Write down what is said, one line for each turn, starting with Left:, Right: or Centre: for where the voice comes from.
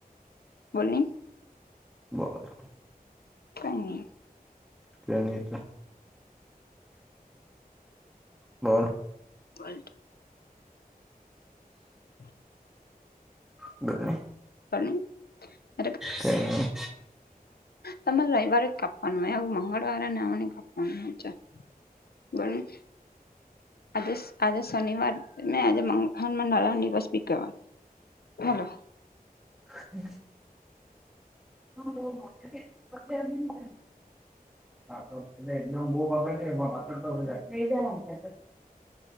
Left: બોલને
Centre: <unintelligible>
Left: કય ની
Centre: <unintelligible> બોલ <unintelligible>
Left: <unintelligible> <unintelligible>
Centre: બોલને
Left: ખબર નહી <unintelligible>
Centre: કઈ નઈ
Left: તમારે રવિવારે જ કાપવાનું હોય આવું મંગળવારે ને આવું ની કાપવાનું હોય છે બોલને આજે આજે શનિવારને આજે મગ હનુમાન દાદાનો દિવસ બી કેવાય હલો
Centre: હ <unintelligible> <unintelligible> <unintelligible>